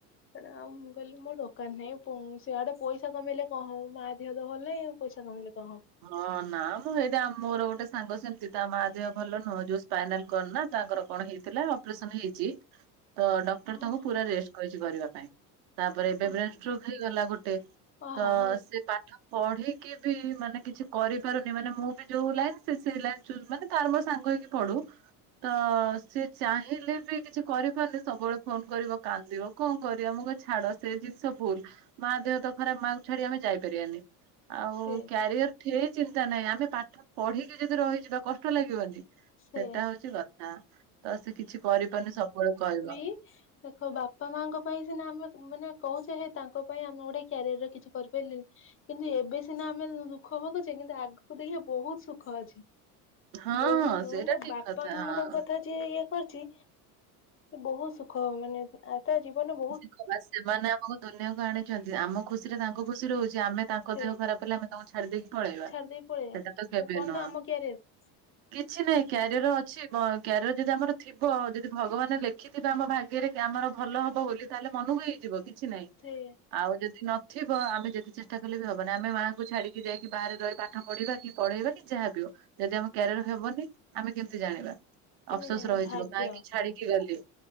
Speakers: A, on the left; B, on the right.
A: ସେଟା ଆଉ ମୁଁ କହିଲି ମୋ ଦରକାର ନାହିଁ ପଁ ସେଆଡେ ପଇସା କମେଇଲେ କଣ ହବ ମା ଦେହ ତ ଭଲ ନାହିଁ ଆଉ ପଇସା କମେଇଲେ କଣ ହବ।
B: ହଁ ନା ମୁଁ ଏଇଟି ମୋର ଗୋଟେ ସାଙ୍ଗ ସେମିତି ତା ମା ଦେହ ଭଲ ନୁହଁ ଯୋଉ ସ୍ପାଇନାଲ କଡ ନା ତାଙ୍କର କଣ ହେଇଥିଲା ଅପରେସନ ହେଇଛି ତ ଡକ୍ଟର
A: ହଁ
B: ତାଙ୍କୁ ପୁରା ରେଷ୍ଟ କହୀଛି କରିବା ପାଇଁ ତାପରେ ଏବେ
A: ହଁ
B: ବ୍ରେନଷ୍ଟୋଗ ହେଇଗଲା ଗୋଟେ
A: ଆହାରେ
B: ତ ସେ ପାଠ ପଢିକି ବି ମାନେ କିଛି କରିପାରୁନି ମାନେ ମୁଁ ବି ଯୋଉ ଲାଇନ ସେ ଲାଇନ ଚୁଜ ମାନେ ତାର ମୋର ସାଙ୍ଗ ହେଇକି ପଢୁ ତ ସିଏ ଚାହିଁଲେ ବି କିଛି କରିପାରୁନି ସବୁବେଳେ ଫୋନ କରିବ କାନ୍ଦିବ। କଣ କରିବା ମୁଁ କହେ ଛାଡ ସେ ଜିନିଷ ଭୁଲ ମା ଦେହ ତ ଖରାପ ମା କୁ ଛାଡି ଆମେ ଯାଇପାରିବାନି। ଆଉ
A: ସେ
B: କ୍ୟାରିଅର ଠି ଚିନ୍ତା ନାହିଁ ଆମେ ପାଠ ପଢିକି ଯଦି ରହିଯିବା କଷ୍ଟ ଲାଗିବନି। ସେଟା
A: ସେ
B: ହଉଛି କଥା ତ ସେ କିଛି କରିପାରୁନି ସବୁବେଳେ କହିବ।
A: କି ଦେଖ ବାପା ମାଙ୍କ ପାଇଁ ସିନା ଆମେ ମାନେ କହୁଛେ ହେ ତାଙ୍କ ପାଇଁ ଆମେ ଗୋଟେ କ୍ୟାରିଅରରେ କିଛି କରିପାରିଲି ନି କିନ୍ତୁ ଏବେ ସିନା ଆମେ ଦୁଃଖ ଭଗୁଛେ କିନ୍ତୁ ଆଗକୁ ଦେଖିବ ବହୁତ ସୁଖ ଅଛି।
B: ହଁ
A: ବୋହୁତୁ
B: ହଁ ସେଇଟା
A: ମାନେ
B: ଠିକ
A: ବାପା
B: କଥା
A: ମାଙ୍କ
B: ହଁ।
A: କଥା ଯିଏ ଇଏ କରଚି ବୋହୁତ ସୁଖ ମାନେ ଆ ତା ଜୀବନ
B: <unintelligible> ସେମାନେ ଆମକୁ ଦୁନିଆକୁ ଆଣିଚନ୍ତି ଆମ ଖୁସିରେ ତାଙ୍କ ଖୁସି ରହୁଚି ଆମେ ତା ତାଙ୍କ
A: ସେ
B: ଦେହ ଖରାପ ହେଲେ ଆମେ ତାଙ୍କୁ ଛାଡିଦେଇକି ପଳେଇବା
A: ଛାଡି ଦେଇ ପଳେଇବା
B: ଏଟା ତ କେବେ
A: ମୁଁ କଣ
B: ନୁହଁ।
A: ନା ଆମ କ୍ୟାରିଅର
B: କିଛି ନାଇଁ କ୍ୟାରିଅର ଅଛି ବ କ୍ୟାରିଅର ଯଦି ଆମର ଥିବ ଯଦି ଭଗବାନେ ଲେଖିଥିବେ ଆମ ଭାଗ୍ୟରେ କି ଆମର ଭଲ ହବ ବୋଲି ତାହେଲେ ମନକୁ ହେଇଯିବ କିଛି ନାହିଁ।
A: ସେଇଆ
B: ଆଉ ଯଦି ନଥିବ ଆମେ ଯେତେ ଚେଷ୍ଟା କଲେ ବି ହବନି ଆମେ ମାଆଙ୍କୁ ଛାଡିକି ଯାଇକି ବାହାରେ ରହି ପାଠ ପଢିବା କି ପଢେଇବା ଯାହା ବି ହୋଉ ଯଦି ଆମ କ୍ୟାରିଅର ହେବନି ଆମେ କେମତି ଜାଣିବା।
A: କେମିତି
B: ଅଫସୋସ
A: ଜାଣିବା
B: ରହିଯିବ
A: ଭାଗ୍ୟ
B: କାହିଁକି ଛାଡିକି ଗଲି